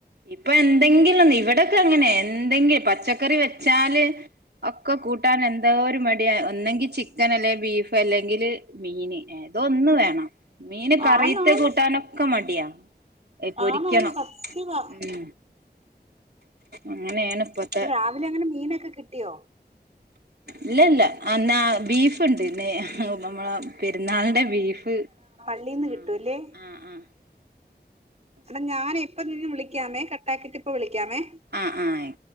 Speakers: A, on the right (about 70°); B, on the right (about 40°).
A: ഇപ്പൊ എന്തെങ്കിലൊന്ന് ഇവിടെക്കെ അങ്ങനെ എന്തെങ്കിലും പച്ചക്കറി വെച്ചാല് ഒക്കെ കൂട്ടാന് എന്തോര് മടിയാ ഒന്നെങ്കി ചിക്കൻ അല്ലേ ബീഫ് അല്ലെങ്കില് മീന്. എ ഇതൊന്ന് വേണം മീന് കറീത്തെ
B: ആന്നാന്ന്
A: കൂട്ടാനൊക്കെ മടിയാ എ പൊരിക്കണം.
B: ആന്നാന്ന് സത്യവാ
A: ഉം അങ്ങനേണ് ഇപ്പൊത്ത്
B: പ്പൊ രാവിലെ അങ്ങനെ മീനൊക്കെ കിട്ടിയോ?
A: ഇല്ല ഇല്ലാ അന്നാ ബീഫ് ഇണ്ട് നെയ് നമ്മളാ പെര്ന്നാളിന്റെ ബീഫ്.
B: ള്ളീന്ന്
A: ആ
B: കിട്ടൂല്ലേ.
A: ആ ആ
B: എട ഞാനെയ് ഇപ്പ നിന്നെ വിളിയ്ക്കാമേ കട്ടാക്കിട്ട് ഇപ്പ വിളിയ്ക്കാമേ.
A: ആഹ് ആഹ് ആയി